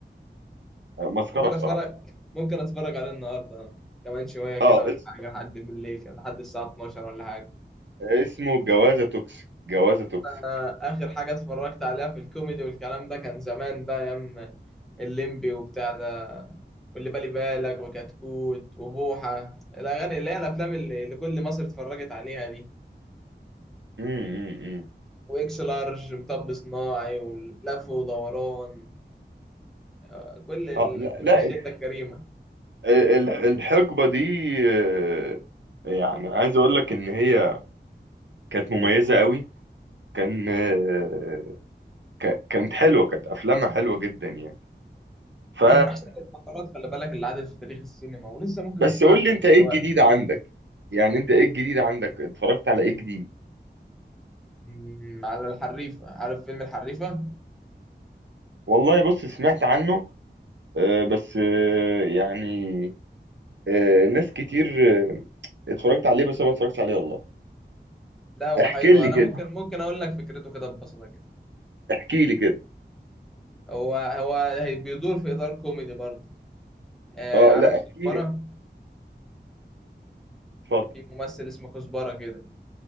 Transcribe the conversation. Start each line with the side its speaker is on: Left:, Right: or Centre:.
Right: مسخره
Centre: ممكن
Right: بصراحه
Centre: اتفرج ممكن اتفرج عليه النهارده كمان شويه كده
Right: اه
Centre: ولا
Right: اس...
Centre: حاجه لحد بالليل كده، لحد الساعه 12 ولا حاجه
Right: اسمه جوازه توكسيك جوازه توكسيك
Centre: انا اخر حاجه اتفرجت عليها في الكوميدي والكلام ده كان زمان بقى ايام الليمبي وبتاع ده واللي بالي بالك وكتكوت وبوحه الاغاني اللي هي الافلام اللي اللي كل مصر اتفرجت عليها دي
Right: امم امم
Centre: واكس لارج مطب صناعي ولف ودوران آه، كل ال...
Right: اه لا
Centre: كل
Right: لا
Centre: الشده الكريمه
Right: ال- الحقبة دي آه، يعني عايز اقول لك ان هي كانت مميزة قوي كان آه، ك- كانت حلوة كانت افلامها حلوة جدا يعني ف
Centre: من احسن الفترات خلي بالك اللي عدت في تاريخ السينما ولسه ممكن
Right: بس
Centre: تسمعها
Right: قول
Centre: لحد
Right: لي انت ايه
Centre: دلوقتي
Right: الجديد عندك يعني انت ايه الجديد عندك اتفرجت على ايه جديد
Centre: مم، على الحريفة عارف فيلم الحريفة؟
Right: والله بص سمعت عنه آه، بس آه، يعني آه، ناس كتير آه، اتفرجت عليه بس انا ما اتفرجتش عليه والله
Centre: لا هو
Right: احكي
Centre: حلو
Right: لي
Centre: أنا
Right: كده
Centre: ممكن ممكن أقول لك فكرته كده ببساطة كده
Right: احكي لي كده
Centre: هو هو هي- بيدور في إطار كوميدي برضه آه
Right: اه
Centre: عارف
Right: لا
Centre: كزبرة؟
Right: احكي لي اتفضل
Centre: في ممثل اسمه كزبرة كده